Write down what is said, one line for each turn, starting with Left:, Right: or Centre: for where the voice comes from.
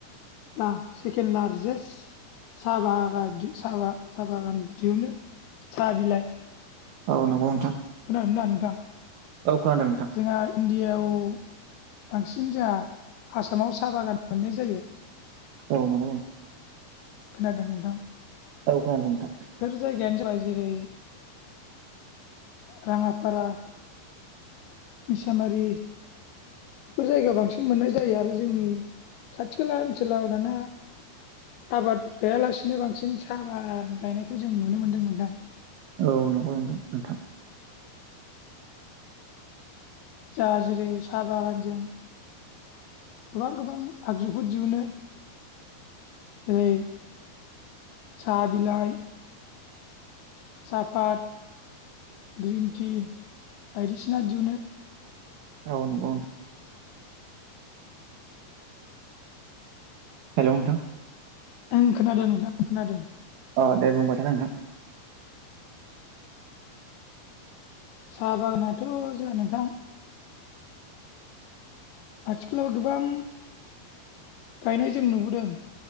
Left: ला सेकेणड लार्जेस्ट साहा बागान साह साहा बागान दिहनो साहा बिला
Right: औ नंगौ नोंथां।
Left: खोनादों ना नोंथां?
Right: औ खोनादों नोंथां।
Left: जोंहा इण्डियायाव बांसिन जोंहा आसामाव साहा बागान मोननाय जायो
Right: औ नंगौ
Left: खोनादों नोंथां
Right: औ खोनादों नोंथां
Left: बेफोर जायगायानो जाबाय जेरै राङाफारा मिसामारि बेफोर जायगायाव बांसिन मोननाय जायो आरो जोंनि खाथि खाला ओनसोलाव दाना आबाद गैयालासिनो बांसिन साहा आबाद गायनायखौ जों नुनो मोन्दों नोंथां
Right: औ नंगौ <unintelligible> नोंथां
Left: जा जेरै साहा बागानजों गोबां गोबां आगजुफोर दिहुनो जेरै साहा बिलाइ साफात ग्रिन टि बायदिसिना दिहुनो
Right: औ नंगौ नंगौ हेलौ नोंथां
Left: आं खोनादों नोंथां आं खोनादों
Right: अ दे बुंबायथा नोंथां
Left: साहा बागानाथ' जोंहा नोंथां आथिखालाव गोबां गायनाय जों नुबोदों